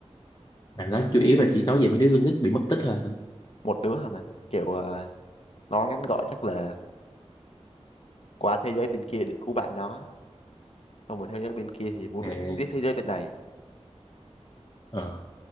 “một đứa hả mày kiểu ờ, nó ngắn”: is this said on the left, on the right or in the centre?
Left